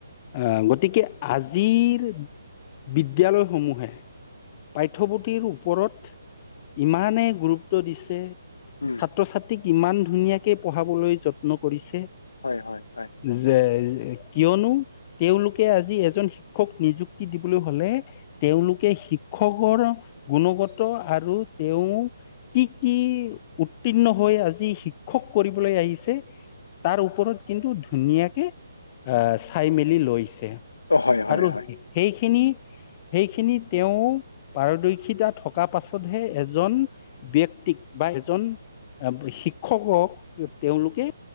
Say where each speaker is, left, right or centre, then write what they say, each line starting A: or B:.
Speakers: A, on the left; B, on the left.
A: আ, গতিকে আজিৰ বিদ্যালয়সমূহে পাঠ্যপুথিৰ ওপৰত ইমানেই গুৰুত্ব দিছে যে
B: উম
A: ছাত্ৰ ছাত্ৰীক ইমান ধুনীয়াকে পঢ়াবলৈ যত্ন কৰিছে।
B: হয় হয় হয়
A: যে কিয়নো তেওঁলোকে আজি এজন শিক্ষক নিযুক্তি দিবলৈ হলে তেওঁলোকে শিক্ষকৰ গুণগত আৰু তেওঁ কি কি উত্তীৰ্ণ হৈ আজি শিক্ষক কৰিবলৈ আহিছে তাৰ ওপৰত কিন্তু ধুনীয়াকে আ, চাই মেলি লৈছে।
B: অ হয় হয়
A: আৰু
B: হয়
A: সেইখিনি সেইখিনি তেওঁ পাৰদৰ্শিতা থকা পাছতহে এজন ব্যক্তি তিক বা এজন আ, শিক্ষকক তেওঁলোকে